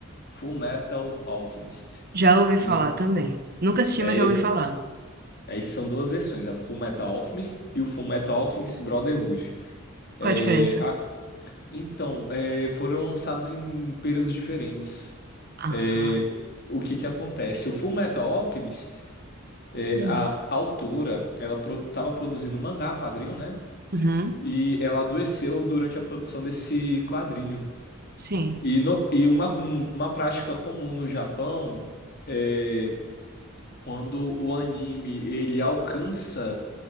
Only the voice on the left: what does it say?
Full Metal Alchemist.
Tem
um,
Aí são duas versões, a Full Metal Alchemist e o Full Metal Alchemist Brotherhood. É,
a- então, é, foram lançados em períodos diferentes.
É, o que que acontece? O Full Metal Alchemist, é,
a autora, ela estava produzindo mangá, quadrinho, né?
E ela adoeceu durante a produção desse quadrinho.
E, no- e uma, um, uma prática comum no Japão é, quando o anime ele alcança,